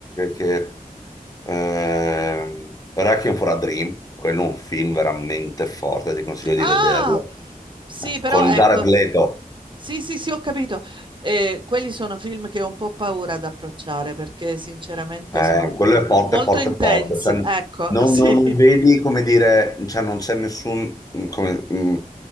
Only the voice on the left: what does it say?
che, che ehm, Requiem for a Dream, quello è un film veramente forte, ti consiglio di
vederlo,
Eh,
con
Jared Leto,
Eh,
quello
è forte,
forte,
forte. Cioè, non,
non- non vedi come dire, cioè, non c'è nessun mm, come, mm,